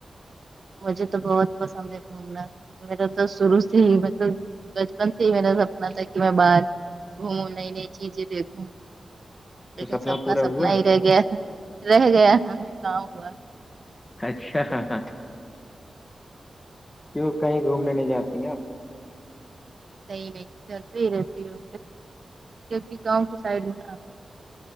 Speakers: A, on the right; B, on the left.
A: مجھے تو بہت پسند ہے گھومنا میرا تو شروع سے ہی مطلب بچپن سے ہی میرا سپنا تھا کہ میں باہر گھومو نئی نئی چیزیں دیکھوں
B: تو
A: لیکن سپنا
B: پورا
A: سپنا
B: ہوا
A: ہی رہ گیا رہ گیا کہاں ہوا
B: اچھا ہاں ہاں کیوں کہیں گھومنے نہیں جاتی ہیں آپ
A: کئی نہیں گھر پہ ہی رہتی ہو کیونکہ گاؤں کی سائڈ ہو نا